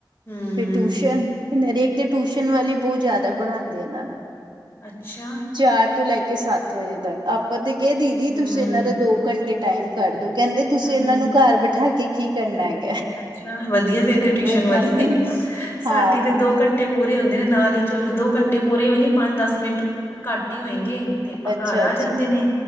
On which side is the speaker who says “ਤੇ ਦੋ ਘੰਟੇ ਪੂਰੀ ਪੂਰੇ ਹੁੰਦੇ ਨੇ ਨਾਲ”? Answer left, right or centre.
Left